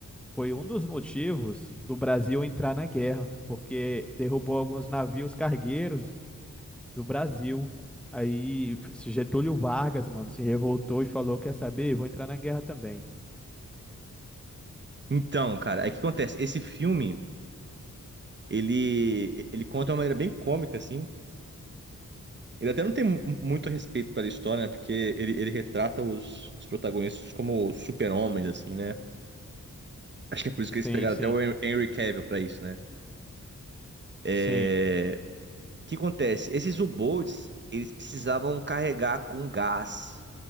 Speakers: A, in the centre; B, on the right.
A: foi um dos motivos do Brasil entrar na guerra, porque derrubou alguns navios cargueiros do Brasil. Aí f- Getúlio Vargas, mano, se revoltou e falou: Quer saber? Eu Vou entrar na guerra também.
B: Então, cara, aí o que acontece? Esse filme. ele, ele conta de uma maneira bem cômica, assim. Ele até não tem mu- muito respeito pela história, né? Porque ele, ele retrata os, os protagonistas como super-homens, assim, né? Acho que é por isso que eles
A: Sim,
B: pegaram
A: sim,
B: até o Hen- Henry Cavill pra isso, né? É,
A: sim.
B: O que acontece? Esses U-Boats, eles precisavam carregar com gás